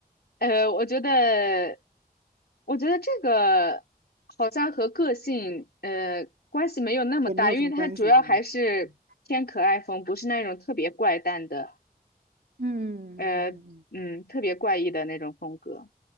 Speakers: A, on the left (about 80°); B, on the right (about 80°).
A: 呃，我觉得，我觉得这个好像和个性呃关系没有那么大，
B: 也没有什么关系，
A: 因为它主要还是偏可爱风，
B: 是吧？嗯
A: 不是那种特别怪诞的，
B: 嗯嗯嗯嗯。
A: 呃，嗯，特别怪异的那种风格。